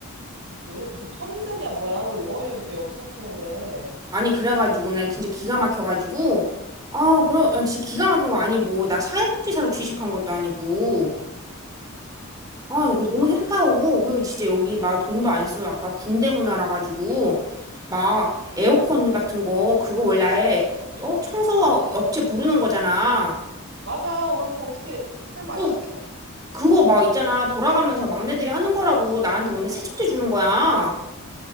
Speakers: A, on the right (about 55°); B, on the right (about 15°).
A: 여기 무슨 편의점이야, 뭐야? 왜 5월유를 왜 여기서 맞추라고 해?
B: 아니 그래가지고 난 진짜 기가 막혀가지고. 아 그럼 난 진짜 기가 막힌 거 아니 뭐. 나 사회복지사로 취직한 것도 아니고. 아,
A: 나
B: 그
A: 정말.
B: 너무 현타오고 그리고 진짜 여기 막 돈도 안 쓰고 약간 군대 문화라 가지고 막 에어컨 같은 거 그거 원래 아예, 어 청소 업체 부르는 거잖아.
A: 맞아. 오늘 그거 어떻게 설마
B: 그
A: 시켰어?
B: 그거 막 있잖아 돌아가면서 막내들이 하는 거라고 나한테 오늘 세척제 주는 거야.